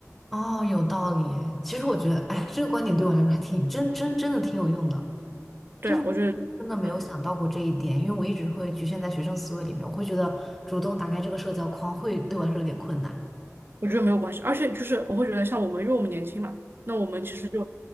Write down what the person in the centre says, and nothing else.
哦，有道理诶其实我觉得，哎，这个观点对我来说还挺真真真的挺有用的。
就是我
真的没有想到过这一点，
因为我一直会局限在学生思维里面，我会觉得主动打开这个社交框会对我来说有点困难。